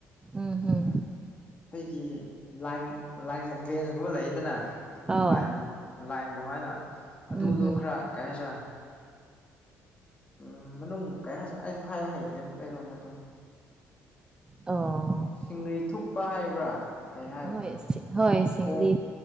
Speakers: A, on the right; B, on the left.
A: ꯎꯝ
B: ꯑꯩꯈꯣꯏꯒꯤ
A: ꯍꯝ
B: ꯂ ꯂ ꯕꯦꯟꯁꯒꯨꯝꯕ ꯂꯩꯗꯅ
A: ꯑꯥꯎ
B: ꯂꯥꯏ ꯂꯥꯏꯟ ꯑꯗꯨꯃꯥꯏꯅ ꯑꯗꯨꯗꯣ
A: ꯎꯝ ꯍꯝ
B: ꯈꯔ ꯀꯩ ꯍꯥꯏꯁꯤꯔꯥ ꯎꯝ ꯃꯅꯨꯡ ꯀꯩ ꯑꯩꯁꯨ ꯍꯥꯏꯌꯨ ꯍꯩꯇꯦ ꯑꯃꯝ ꯀꯔꯣꯅ ꯑꯗꯨꯝ
A: ꯑꯣ
B: ꯁꯤꯡꯒꯔꯤ ꯊꯨꯞꯄ ꯍꯥꯏꯕ꯭ꯔꯥ ꯀꯩ ꯍꯥꯏꯕ꯭ꯔꯥ
A: ꯑꯍꯣꯏ ꯍꯣꯏ ꯁꯤꯡꯂꯤ
B: ꯄꯣꯝ